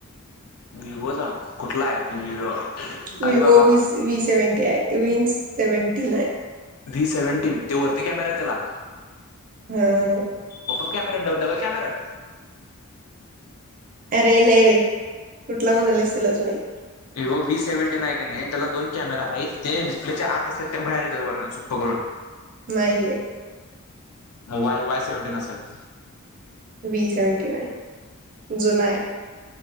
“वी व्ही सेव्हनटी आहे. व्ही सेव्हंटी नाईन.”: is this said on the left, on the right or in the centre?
Right